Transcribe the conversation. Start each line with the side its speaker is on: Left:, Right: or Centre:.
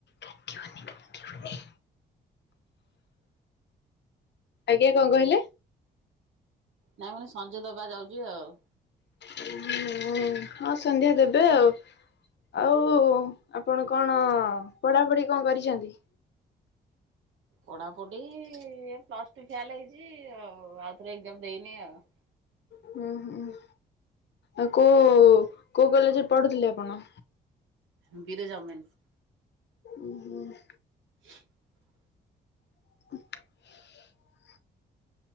Left: କାଟିବନି କାଟିବନି। ଆଜ୍ଞା କଁ କହିଲେ?
Right: ନା ମାନେ ସଞ୍ଜ ଦବା ଯାଉଚି ଆଉ।
Left: ହଁ ହଁ ସନ୍ଧ୍ୟା ଦେବେ ଆଉ ଆଉ ଆପଣ କଣ ପଢାପଢି କଣ କରିଛନ୍ତି?
Right: ପଢାପଢି ପ୍ଲସ ଟୁ ଫେଲ୍‌ ହେଇଛି ଆଉ ଆଉଥରେ ଏକ୍ଜାମ ଦେଇନି ଆଉ।
Left: ହୁଁ ହୁଁ ଆଉ କୋଉ କୋଉ କଲେଜରେ ପଢୁଥିଲେ ଆପଣ।
Right: ବିରଜା ୱଅମେନ୍ସ।
Left: ଓୁ ହୁଁ।
Right: ହ <unintelligible>
Left: ହ <unintelligible>